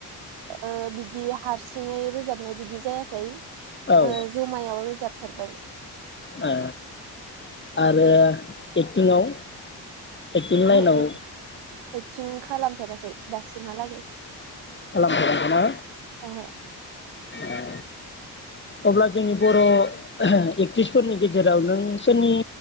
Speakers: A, on the right (about 80°); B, on the left (about 25°).
A: ओ बिदि हारसिङै रोजाबनाय बिदि जायाखै। ओ
B: औ
A: जमायाव रोजाब फेरबाय।
B: ओ आरो एक्टिंआव एक्टिं लाइनाव
A: हो एक एक्टिं खालाम फेराखै दासिमहालागै
B: खालाम फेराखै ना?
A: ओहो
B: आ अब्ला जोंनि बर एक्ट्रिसफोरनि गेजेराव नों सोरनि